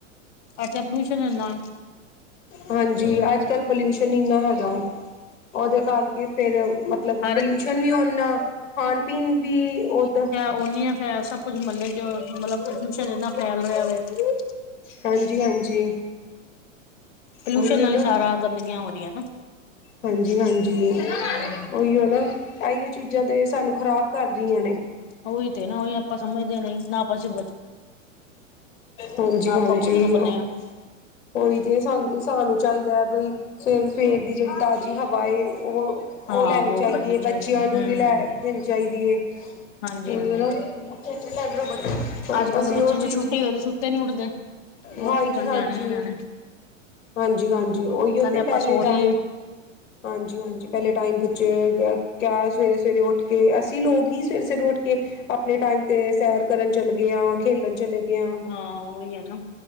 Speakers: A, on the left; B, on the left.
A: ਅੱਛਾ ਪਲਊਸ਼ਨ ਹੈ ਨਾ
B: ਹਾਂਜੀ ਅੱਜ ਕੱਲ੍ਹ ਪੋਲਿਊਸ਼ਨ ਇੰਨਾ ਹੈਗਾ ਉਹਦੇ ਕਰਕੇ ਫੇਰ ਮਤਲਬ
A: ਹਰ
B: ਪਲਿਊਸ਼ਨ ਵੀ ਔ ਨਾ ਖਾਣ ਪੀਣ ਵੀ ਉਓਦੋਂ
A: ਉਹ ਨੀ ਆ ਫੇਰ ਸਭ ਕੁੱਝ ਮਹੱਲੇ ਚ ਮਤਲਬ ਪ੍ਰਦੂਸ਼ਣ ਇਨਾ ਫੈਲ ਰਿਹਾ ਵ ਹੂ
B: ਹਾਂਜੀ-ਹਾਂਜੀ
A: ਪੋਲਿਊਸ਼ਨ
B: ਉਹੀਓ
A: ਨਾਲ
B: ਨਾ
A: ਹੀ ਸਾਰਾ ਗੰਦਗੀਆਂ ਹੋ ਰਹੀਆਂ ਹੈਨਾ
B: ਹਾਂਜੀ ਹਾਂਜੀ
A: ਹੂੰ,
B: ਉਹੀਓ ਨਾ ਇਹੀਓ ਚੀਜ਼ਾਂ ਤਾਂ ਸਾਨੂੰ ਖ਼ਰਾਬ ਕਰ ਦਿਆਂ ਨੇ
A: ਉਹੀ ਤੇ ਨਾ, ਉਹੀ ਆਪਾਂ ਸਮਝਦੇ ਨਹੀਂ ਨਾ ਆਪਾਂ ਸ਼ਿ
B: ਹਾਂਜੀ
A: ਨਾ ਆਪਾਂ
B: ਹਾਂਜੀ
A: ਖੁਦ ਰੁਕਨੇ
B: ਉਹ
A: ਆ।
B: ਉਈ ਤੇ, ਸਾਨੂੰ ਤੇ ਸਾਨੂੰ ਚਾਹੀਦਾ ਹੈ ਬਈ ਸਵੇਰ ਸਵੇਰ ਦੀ ਜਿਹੜੀ ਤਾਜ਼ੀ ਹਵਾ ਏ ਉਹ ਉਹ
A: ਹਾਂ
B: ਲੈਣੀ
A: ਵੋ
B: ਚਾਹੀਦੀ
A: ਕਰਨੀ
B: ਹੈ, ਬੱਚਿਆਂ ਨੂੰ
A: ਹੂੰ
B: ਵੀ ਲੈ ਦੇਣੀ ਚਾਹੀਦੀ ਹੈ
A: ਹਾਂਜੀ-ਹਾਂਜੀ
B: ਹੈ <inaudible>
A: ਅੱਜ ਕੱਲ੍ਹ ਦੇ ਬੱਚੇ
B: ਉਹ
A: ਜੇ
B: ਚੀਜ਼
A: ਛੁੱਟੀ ਹੋਏ ਤੇ ਸੁੱਤੇ ਨੀ ਉੱਠਦੇ। ਵੋਕ
B: ਹਾਂਜੀ
A: ਕੀ ਕਰਨ
B: ਹਾਂਜੀ
A: ਜਾਣੇ ਇਹਨਾਂ ਨੇ
B: ਹਾਂਜੀ ਹਾਂਜੀ ਉਹੀਓ
A: ਕਹਿੰਦੇ
B: ਤੇ
A: ਆਪਾਂ
B: ਪਹਿਲੇ
A: ਸੋ
B: ਟਾਈਮ
A: ਲਈਏ
B: ਹਾਂਜੀ ਹਾਂਜੀ ਪਹਿਲੇ ਟਾਈਮ ਬੱਚੇ ਕਯਾ ਸਵੇਰੇ ਸਵੇਰੇ ਉਠ ਕੇ ਅਸੀਂ ਲੋਕ ਹੀ ਸਵੇਰੇ ਸਵੇਰੇ ਉੱਠ ਕੇ ਆਪਣੇ ਟਾਈਮ ਤੇ ਸੈਰ ਕਰਨ ਚਲੇ ਗਏ ਹਾਂ ਖੇਲਣ ਚਲੇ ਗਏ ਆਂ
A: ਹਾਂ ਉਹੀ ਹੈ ਨਾ